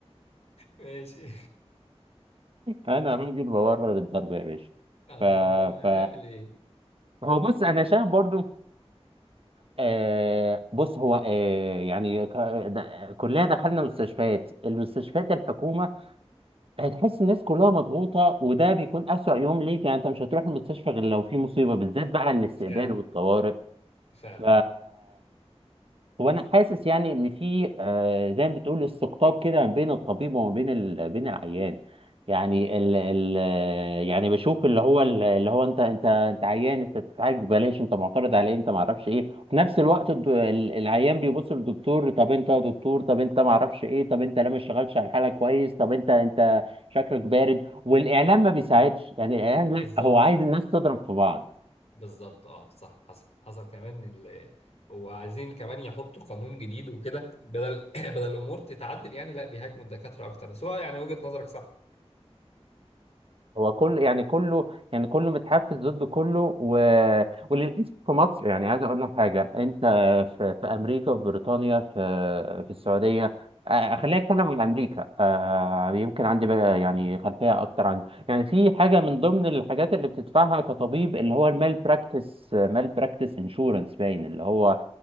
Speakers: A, on the left; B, on the right.
A: ماشي
B: انا راجل بورر الضرب يا باشا
A: <laughs> اه
B: ف
A: اه
B: ف
A: اعمل ايه
B: هو بص انا شايف برضو آه بص هو آه يعني ك... د... كلنا دخلنا مستشفيات المستشفيات الحكومه هتحس الناس كلها مضغوطه وده بيكون اسوأ يوم ليك يعني انت مش هتروح المستشفى غير لو في مصيبه بالذات بقى الاستقبال
A: فعلا
B: والطوارئ
A: فعلا
B: ف هو انا حاسس يعني ان في آه، زي ما بتقول استقطاب كده ما بين الطبيب وما بين ال... بين العيان يعني ال... ال... آه، يعني بشوف اللي هو ال- اللي هو انت انت انت عيان انت بتتعالج ببلاش انت معترض عليه انت ما اعرفش ايه وفي نفس الوقت الد... ال- العيان بيبص للدكتور طب انت يا دكتور طب انت ما اعرفش ايه طب انت لا ما اشتغلتش على الحاله كويس طب انت انت شكلك بارد والاعلام ما بيساعدش يعني الاعلام
A: بالظبط
B: لا هو عايز الناس تضرب في بعض
A: بالظبط اه صح حصل حصل كمان ال وعايزين كمان يحطوا قانون جديد وكده بدل <clears throat> بدل الامور تتعدل يعني لا بيهاجموا الدكاتره اكتر بس هو يعني وجهه نظرك صح
B: هو كل يعني كله يعني كله متحفز ضد كله و... وللأسف في مصر يعني عايز أقول لك حاجة أنت في, في أمريكا في بريطانيا في في السعودية آه، خلينا نتكلم عن أمريكا آه، يمكن عندي بقى يعني خلفية أكتر عن يعني في حاجة من ضمن الحاجات اللي بتدفعها كطبيب اللي هو المال براكتس مال براكتس انشورنس باين اللي هو